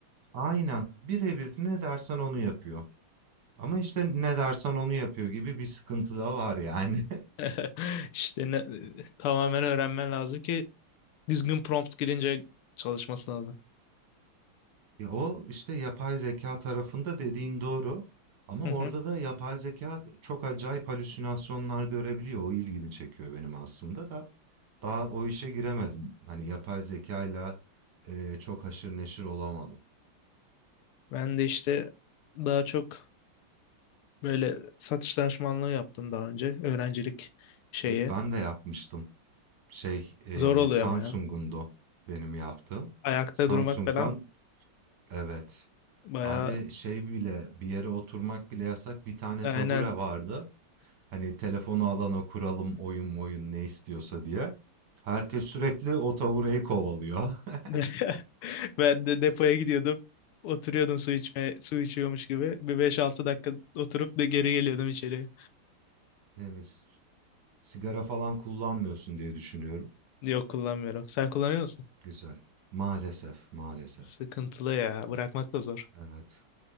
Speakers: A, on the right (about 55°); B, on the left (about 85°).
A: Aynen. Birebir ne dersen onu yapıyor. Ama işte ne dersen onu yapıyor gibi bir sıkıntı da var yani.
B: <laughs> İşte
A: <laughs>
B: ne- tamamen öğrenmen lazım ki düzgün prompt girince çalışması lazım.
A: Ya O işte yapay zeka tarafında dediğin doğru. Ama
B: Hı
A: orada
B: hı.
A: da yapay zeka çok acayip halüsinasyonlar görebiliyor. O ilgimi çekiyor benim aslında da. Daha o işe giremedim. Hani yapay zekayla eee, çok haşır neşir olamadım.
B: Ben de işte daha çok böyle satış danışmanlığı yaptım daha önce. Öğrencilik şeyi.
A: Ben de yapmıştım. Şey, eee
B: Zor oluyor
A: Samsung'undu
B: ama ya.
A: benim yaptığım.
B: Ayakta
A: Samsung'dan
B: durmak falan
A: evet.
B: bayağı
A: Abi şey bile bir yere oturmak bile yasak. Bir tane
B: aynen
A: tabure vardı. Hani telefonu alana kuralım oyun oyun ne istiyorsa diye. Herkes sürekli o tabureyi kovalıyor. <laughs>
B: <laughs> Ben de depoya gidiyordum. Oturuyordum su içmeye, su içiyormuş gibi. Bir beş altı dakika oturup da geri geliyordum içeri.
A: Temiz. Sigara falan kullanmıyorsun diye düşünüyorum.
B: Yok kullanmıyorum. Sen kullanıyor musun?
A: Güzel. Maalesef, maalesef.
B: Sıkıntılı ya. Bırakmak da zor.
A: Evet.